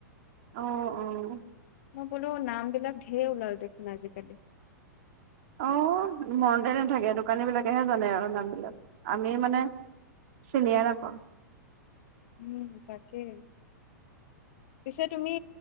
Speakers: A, on the right; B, on the left.
A: অঁ অঁ
B: মই বোলো নাম বিলাক ধেৰ ওলাল দেখোন আজিকালি
A: অ মনতে নাথাকে দোকানী বিলাকেহে জানে আৰু নামবিলাক আমি মানে চিনিয়ে নাপাওঁ।
B: উম তাকেই পিছে তুমি